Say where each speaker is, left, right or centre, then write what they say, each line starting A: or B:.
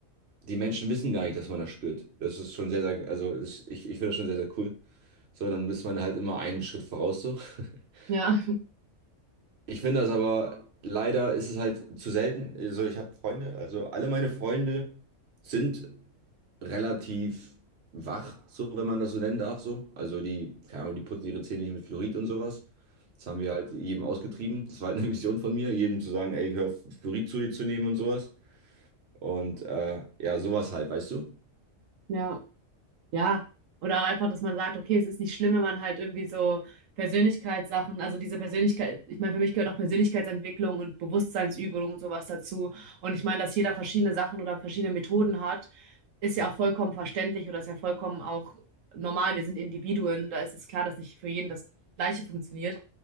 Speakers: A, on the right (about 55°); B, on the right (about 85°).
A: die Menschen wissen gar nicht, dass man das spürt. Das ist schon sehr, sehr, also ist, ich, ich finde das schon sehr, sehr cool. So, dann ist man halt immer einen Schritt voraus so. <laughs>
B: Ja,
A: Ich finde das aber, leider ist es halt zu selten. Also ich habe Freunde, also alle meine Freunde sind relativ wach, so wenn man das so nennen darf, so. Also die, keine Ahnung, die putzen ihre Zähne nicht mit Fluorid und sowas. Das haben wir halt jedem ausgetrieben. Das war halt eine Mission von mir, jedem zu sagen, ey, hör auf, Fluorid zu dir zu nehmen und sowas. Und äh, ja, sowas halt, weißt du?
B: ja. Ja, oder auch einfach, dass man sagt, okay, es ist nicht schlimm, wenn man halt irgendwie so Persönlichkeitssachen, also diese Persönlichkeit, ich meine, für mich gehört auch Persönlichkeitsentwicklung und Bewusstseinsübung und sowas dazu. Und ich meine, dass jeder verschiedene Sachen oder verschiedene Methoden hat, ist ja auch vollkommen verständlich oder ist ja vollkommen auch normal. Wir sind Individuen, da ist es klar, dass nicht für jeden das Gleiche funktioniert.